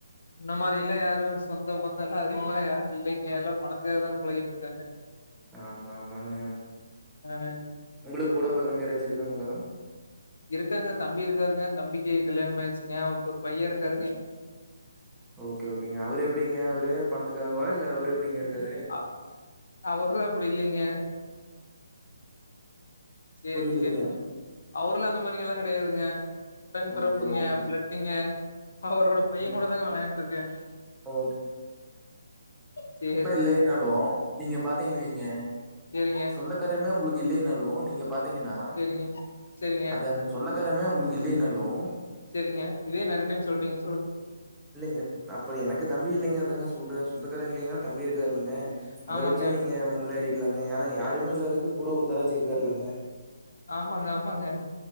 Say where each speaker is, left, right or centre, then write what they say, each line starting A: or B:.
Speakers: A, on the left; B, in the centre.
A: முன்ன மாரி எல்லா யாரும் சொந்தம் பந்தோல்லா அதிகமா யாரம் இல்லைங்க எல்லா பணத்துக்காக தா பழகிட்டு இருக்காங்க
B: ஆமா ஆமாங்க
A: அ
B: உங்களுக்கு கூட பொறந்தாங்க யாராச்சு இருக்காங்களா
A: இருக்காங்க தம்பி இருக்காருங்க தம்பிக்கு கல்யாணம் ஆயிடுச்சுங்க அவருக்கு ஒரு பையே இருக்காருங்க
B: ஓகே ஓகேங்க அவரு எப்டிங்க அவரு பணத்துக்காகவா இல்ல அவரு எப்டிங்க இருக்காரு
A: அ அவரல்லா அப்டி இல்லிங்க சேரி
B: புரியலீங்க.
A: சேரிங்க அவரல்லா அந்த மாரிலா கெடையாதுங்க உடன் பிறப்புங்க
B: ஓகே, ஓகேங்க.
A: பிளட் டுங்க அவரோட பையே
B: ஓ
A: கூட தாங்க விளையாண்டுட்டு இருக்கே
B: ஓகே
A: சே
B: இல்லைனாலும் நீங்க பாத்தீங்கன்னுவீங்க
A: சேரிங்க
B: சொந்த க்கரமே உங்களுக்கு இல்லனாலும் நீங்க பாத்தீங்கன்னா
A: சேரிங்க சேரிங்க
B: அதாங்க சொந்தக்காரமே உங்களுக்கு இல்லைனாலும்
A: சரிங்க இதேயே நெறைய டைம் சொல்டீங்க சொல்லுங்க
B: இல்லங்க அப்ப எனக்கு தம்பி இல்லைங்க அதாங்க சொல்றே சொந்தக்காரங்க இல்லைங்கனாலும் தம்பி இருக்காருல்லங்க அத
A: ஆமாங்க
B: வச்சு நீங்க முன்னேறிக்கலாங்க ஏன்னா யாருமே இல்லதுக்கு கூட ஒருத்தராச்சி இருக்காருல்லங்க
A: ஆமாங்க ஆமாங்க